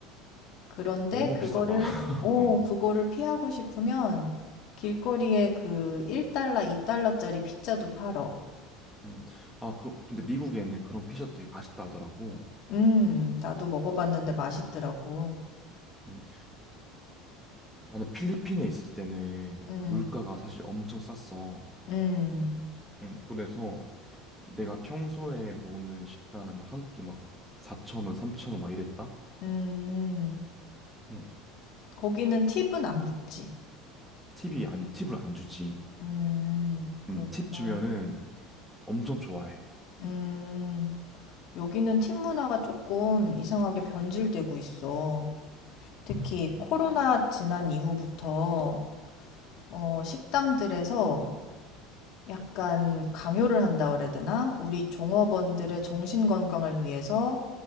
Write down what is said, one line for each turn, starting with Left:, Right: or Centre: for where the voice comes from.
Left: 그런데
Centre: 너무
Left: 그거를
Centre: 비싸다. <laughs>
Left: 어,
Centre: 어.
Left: 그거를 피하고 싶으면 길거리에 그 1달러, 2달러짜리 피자도 팔어.
Centre: 음. 아, 그, 근데 미국에는 그런 피자도 되게 맛있다 하더라고.
Left: 음, 나도 먹어봤는데 맛있더라고.
Centre: 음. 나는 필리핀에 있을 때는
Left: 음,
Centre: 물가가 사실 엄청 쌌어.
Left: 음,
Centre: 음, 그래서 내가 평소에 먹는 식단은 막 한 끼 막 사천 원, 3천 원 막 이랬다?
Left: 음.
Centre: 음,
Left: 거기는 팁은 안 붙지.
Centre: 팁이 안, 팁을 안 주지.
Left: 음, 그렇구나.
Centre: 음, 팁 주면은 엄청 좋아해.
Left: 음, 여기는 팁 문화가 조금 이상하게 변질되고 있어. 특히 코로나
Centre: 음,
Left: 지난 이후부터 어, 식당들에서 약간 강요를 한다 그래야 되나? 우리 종업원들의 정신 건강을 위해서